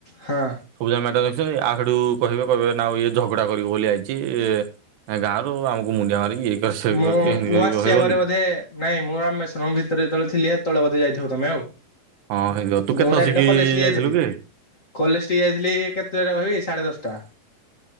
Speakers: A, on the left (about 85°); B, on the right (about 75°).
A: ହଁ।
B: ସବୁ ଯାକ ମ୍ୟାଡ ଦେଖିଛତି, ଆ ହେଡୁ କହିବେ, କହିବେ ନାଉ ଇଏ ଝଗଡା କରିବି ବୋଲି ଆଇଛି-ଇ, ଗାଁରୁ ଆମକୁ ମୁଣ୍ଡିଆ ମାରିକି ଇଏ କର ସେ
A: ମୁଁ,
B: କରୁଛି ଏମିତି
A: ମୁଁ
B: କରି
A: ଆସି
B: କହିବଲି
A: ବା ପରେ ବୋଧେ ନାଇଁ ମୁଁ ରାମେଶ୍ୱରଂ ଭିତରେ ଯେତବେଳେ ଥିଲି, ହେତେବେଳେ ବଧେ ଯାଇଥିବ ତମେ ଆଉ।
B: ହଁ, ହେଇଥିବ, ତୁ
A: ମୁଁ
B: କେତେ
A: ଡାଇରେକ୍ଟ
B: ଅସିକି ଯାଇଥିଲୁ
A: ଯାଇଥିଲି
B: କିରେ?
A: କଲେଜ ଠିକି ଯାଇଥିଲି କେତେଟାରେ କହିବି? ସାଢ଼େ ଦଶଟା।